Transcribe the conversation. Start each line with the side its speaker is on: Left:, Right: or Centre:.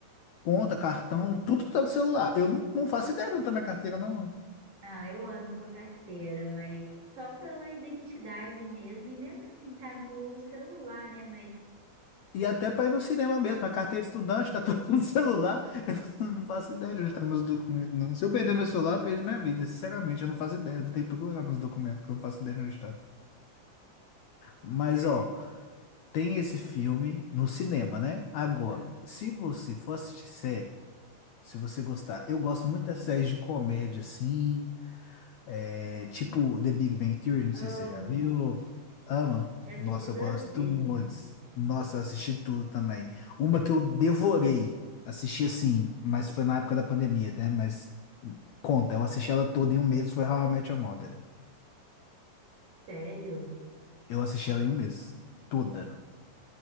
Left: Conta, cartão, tudo tá no celular. Eu não, não faço ideia de onde tá minha carteira, não.
Right: Ah, eu ando com a carteira, mas só pela identidade mesmo. E mesmo assim, tá no celular, né? Mas.
Left: E até para ir no cinema mesmo, a carteira de estudante tá <laughs> tudo no celular. Eu não faço ideia de onde estão meus documentos, não. Se eu perder meu celular, eu perdi minha vida. Sinceramente, eu não faço ideia. Eu Vou ter que procurar meus documentos, que eu não faço ideia de onde está. Mas,
Right: É,
Left: ó, tem esse filme no cinema, né? Agora,
Right: ah,
Left: se você for assistir série, se você gostar, eu gosto muito das séries de comédia, assim, é, tipo The Big Bang Theory, não
Right: amo.
Left: sei se você já viu. Ama?
Right: Já assisti
Left: Nossa,
Right: duas
Left: eu gosto
Right: vezes.
Left: muito. Nossa, eu assisti tudo também. Uma que eu devorei, assisti assim, mas foi na época da pandemia, né? Mas conta, eu assisti ela toda em um mês, foi How I Met Your Mother.
Right: Sério?
Left: Eu assisti ela em um mês, toda.